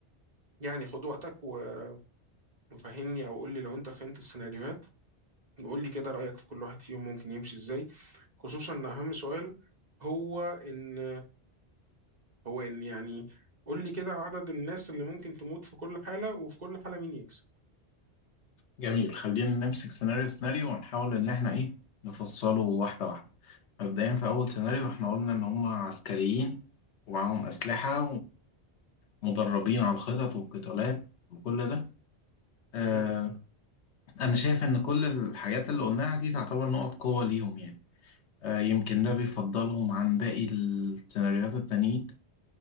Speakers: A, on the right; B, on the left.
A: يعني خد وقتك و- وفهمني أو قول لي لو أنت فهمت السيناريوهات وقول لي كده رأيك في كل واحد فيهم ممكن يمشي إزاي خصوصا إن أهم سؤال هو إن هو ان يعني قول لي كده عدد الناس اللي ممكن تموت في كل حالة وفي كل حالة مين يكسب
B: جميل خلينا نمسك سيناريو سيناريو ونحاول إن إحنا إيه نفصله واحدة واحدة مبدئيا في أول سيناريو إحنا قلنا إن هم عسكريين ومعاهم أسلحة ومدربين على الخطط والقتالات وكل ده آه،
A: مهم.
B: أنا شايف إن كل الحاجات اللي قلناها دي تعتبر نقط قوة ليهم يعني آه، يمكن ده بيفضلهم عن باقي السيناريوهات التانيين